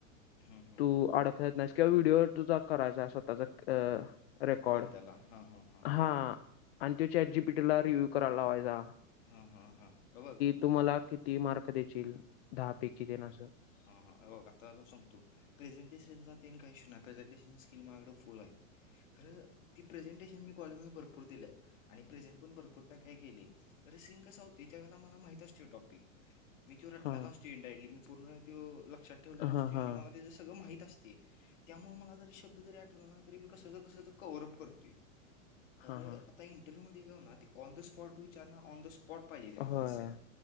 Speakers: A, on the left; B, on the left.
A: हं, हं,
B: तू
A: हं.
B: आड कळतं नाहीस किंवा व्हिडिओवर <unintelligible> करायचाय स्वतःचा अं. रेकॉर्ड
A: बोल त्याला. हां, हां, हां.
B: हा आणि त्यो चाट जीपी टीला रिव्यू करायला लावायचा.
A: हा हा हा हा अ बग.
B: तु मला किती मार्क देचील, दहा पैकी देण असल.
A: हा हा हे बग आता असं सांगतो. प्रेझेंटेशनचा तेन काही इशू नाही प्रेझेंटेशन स्किल माझ्याकडं फुल आहे खरं ती प्रेझेंटेशन मी कॉलेजमध्ये भरपूर दिलंय आणि प्रेझेंट पण भरपूर काय, काय केलय. अरे सिन कसां होतोय त्यावेळे ला मला माहित असत्यो टॉपिक मी त्यो
B: हा
A: लगास ती इंडायली मी पूर्ण त्यो लक्षात ठेवलेला
B: हा
A: असंतुया
B: हा
A: आणि मला ते सगळं माहीत अस त्ये त्यामुळ मला जरी शब्द जरी आठवला नाही तरी मी कस ना कस तं कव्हरं अप करत्योय. खरं
B: हा हा
A: आता इंटरव्ह्यूमध्ये का होना ते ऑन द स्पॉट विचारणार ऑन द स्पॉट पाहिजे त्यांना
B: होय
A: आन्सर.